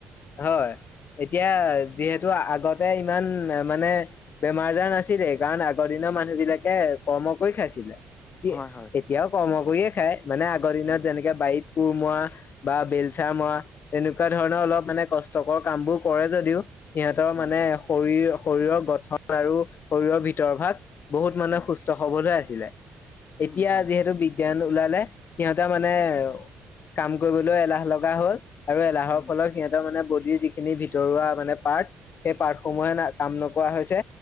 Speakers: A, on the left; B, on the left.
A: হয়, এতিয়া যিহেতু আগতে ইমান মানে বেমাৰ-আজাৰ নাছিলেই, কাৰণ আগৰ দিনৰ মানুহবিলাকে কৰ্ম কৰি খাইছিলে। কি
B: হয় হয়
A: এতিয়াও কৰ্ম কৰিয়ে খায়, মানে আগৰ দিনত
B: উম
A: যেনেকে বাৰীত কোৰ মৰা বা বেলচা মৰা, তেনেকোৱা ধৰণৰ অলপ মানে কষ্টকৰ কামবোৰ কৰে যদিও সিহঁতৰ
B: হয়
A: মানে
B: হয়
A: শৰীৰ- শৰীৰৰ গঠন আৰু শৰীৰৰ ভিতৰ ভাগ বহুত মানে
B: হয়
A: সুস্থ-সবল
B: হয়
A: হৈ আছিলে।
B: উম
A: এতিয়া
B: হয়
A: যিহে
B: হয়
A: তু বিজ্ঞান ওলালে, সিহঁতে মানে কাম কৰিবলৈ এলাহ লগা হ'ল। আৰু এলাহৰ
B: উম
A: ফলত সিহঁত ৰ মানে বডিৰ যিখিনি ভিতৰুৱা মানে পাৰ্ট, সেই পাৰ্টসমূহে না- কাম নকৰা হৈছে।